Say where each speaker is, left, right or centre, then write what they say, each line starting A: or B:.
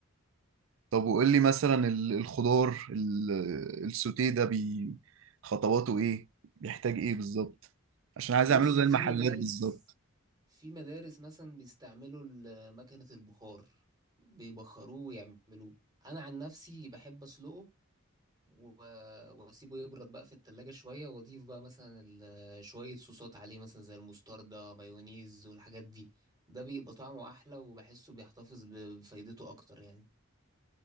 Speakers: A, on the right; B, on the right.
A: طب وقول لي مثلا ال- الخضار ال- السوتيه ده بي خطواته ايه بيحتاج ايه بالظبط عشان عايز
B: بص
A: اعمله زي
B: في
A: المحلات
B: مدارس
A: بالظبط
B: في مدارس مثلا بيستعملوا ال- مكنة البخار بيبخروه ويعملوه انا عن نفسي بحب اسلقه و- واسيبه يبرد بقى في التلاجة شوية واضيف بقى مثلا ال- شوية صوصات عليه مثلا زي المستردة مايونيز والحاجات دي ده بيبقى طعمه احلى وبحسه بيحتفظ ب- بفايدته اكتر يعني